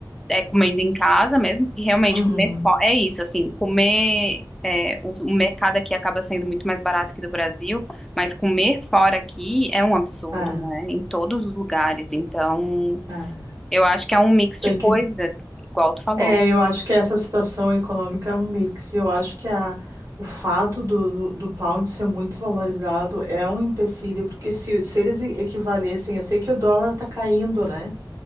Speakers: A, in the centre; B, on the right.
A: é, comendo em casa mesmo, porque realmente
B: Uhum.
A: comer fo- é isso, assim, comer é, o, o mercado aqui acaba sendo muito mais barato que do Brasil, mas comer fora aqui é um absurdo,
B: Ah,
A: né? Em todos os lugares. Então,
B: ah.
A: eu acho que é um mix
B: Tem
A: de coisa,
B: que
A: igual tu falou.
B: É, eu acho que essa situação econômica é um mix. Eu acho que a, o fato do, do, do pound ser muito valorizado é um empecilho, porque se, se eles e- equivalessem, eu sei que o dólar está caindo, né?